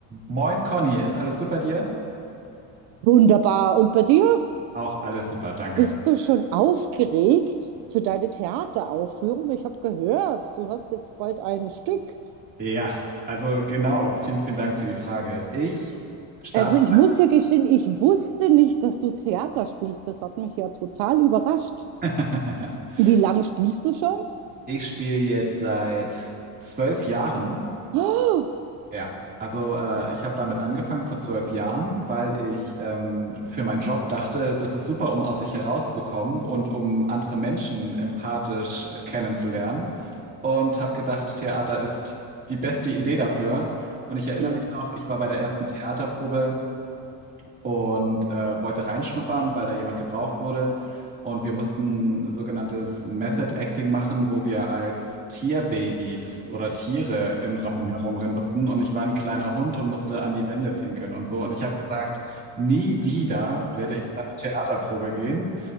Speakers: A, on the right; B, on the right.
A: Moin Conny, ist alles gut bei dir?
B: Wunderbar. Und bei dir?
A: Auch alles super, danke.
B: Bist du schon aufgeregt für deine Theateraufführung? Ich habe gehört, du hast jetzt bald ein Stück.
A: Ja, also genau, vielen, vielen Dank für die Frage. Ich starte.
B: Also ich muss ja gestehen, ich wusste nicht, dass du Theater spielst. Das hat mich ja total überrascht.
A: <laughs>
B: Wie lange spielst du schon?
A: Ich spiele jetzt seit zwölf Jahren.
B: Oh,
A: Ja, also äh, ich habe damit angefangen vor zwölf Jahren, weil ich ähm, für meinen Job dachte, das ist super, um aus sich herauszukommen und um andere Menschen empathisch äh, kennenzulernen. Und habe gedacht, Theater ist die beste Idee dafür. Und ich erinnere
B: ja.
A: mich noch, ich war bei der ersten
B: aha.
A: Theaterprobe. und äh, wollte reinschnuppern, weil da jemand gebraucht wurde. Und wir mussten sogenanntes Method Acting machen, wo wir als Tierbabys oder Tiere im Raum herumrennen mussten. Und ich war ein kleiner Hund und musste an die Wände pinkeln und so. Und ich habe gesagt, nie wieder werde ich zu einer Theaterprobe gehen.